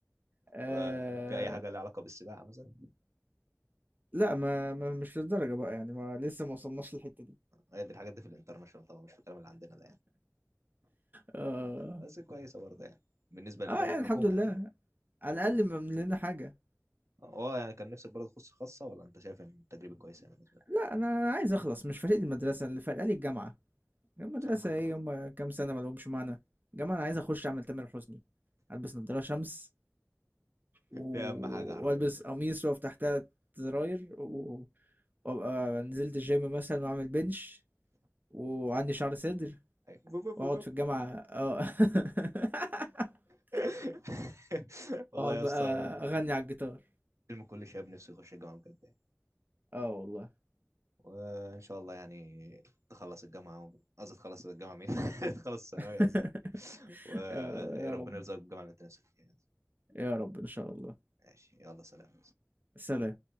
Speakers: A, on the right; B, on the right.
A: آه
B: آه، في اي حاجه لها علاقه بالسباحه مثلا
A: لا ما, ما مش للدرجة بقى يعني ما لسه ما وصلناش للحتة دي
B: هي دي الحاجات دي في الانترناشونال طبعا مش في الكلام اللي عندنا ده يعني
A: اه
B: بس كويسه برضه يعني بالنسبه للباقي
A: اه يعني
B: الحكومه
A: الحمد لله
B: اكيد
A: على الاقل ما لنا حاجة
B: اه يعني كان نفسك برضه تخش خاصه ولا انت شايف ان التجربه كويسه يعني بالنسبه لك
A: لا انا أنا عايز اخلص مش فارق لي المدرسة اللي فارقة لي الجامعة المدرسة
B: بصراحه
A: ايه هم كام سنة ما لهمش معنى الجامعة انا عايز اخش اعمل تامر حسني البس نضارة شمس و-
B: دي اهم حاجه حرفيا
A: والبس
B: يعني.
A: قميص واقف تحتها زراير و- وابقى نزلت الجيم مثلا واعمل بنش وعندي شعر صدر
B: أيوة. بوب بوب
A: واقعد
B: بوب.
A: في الجامعة اه <laughs>
B: <laughs> والله
A: واقعد
B: يا
A: بقى
B: اسطى
A: اغني على الجيتار
B: حلم كل شاب نفسه يخش الجامعة بجد يعني.
A: اه والله
B: وإن شاء الله يعني تخلص الجامعة قصدي تخلص الجامعة مين؟ <laughs> تخلص الثانوية
A: <laughs>
B: قصدي وربنا
A: يا يا رب
B: يرزقك بالجامعة اللي أنت نفسك فيها
A: يا رب ان شاء الله
B: ماشي يلا سلام
A: سلام